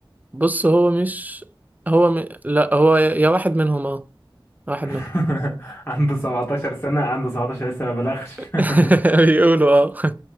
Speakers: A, on the right; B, on the left.
A: بص هو مش هو م... لا هو يا يا واحد منهم اه واحد
B: <laughs>
A: منهم
B: عنده 17 سنه عنده 17 لسه ما بلغش
A: <laughs>
B: <laughs>
A: بيقولوا اه